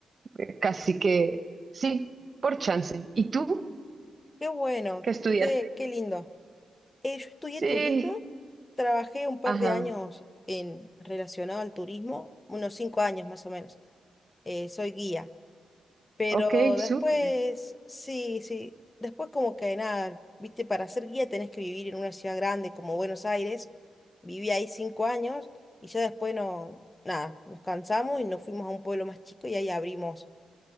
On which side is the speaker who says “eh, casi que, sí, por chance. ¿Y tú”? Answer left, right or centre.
Right